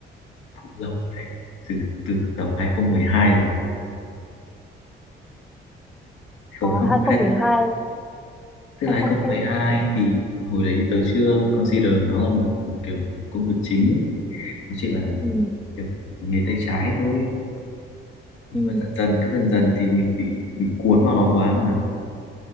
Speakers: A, on the left (about 80°); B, in the centre.
A: cũng lâu rồi đấy từ từ tầm 2012 rồi không
B: ờ,
A: không
B: 2012
A: Tức
B: 2020
A: là 2012 thì hồi đấy tớ chưa consider nó là một kiểu công việc chính, nó chỉ là
B: ừ,
A: kiểu nghề tay trái thôi. Nhưng
B: ừ.
A: mà dần dần cứ dần dần thì mình bị bị cuốn vào nó quá mà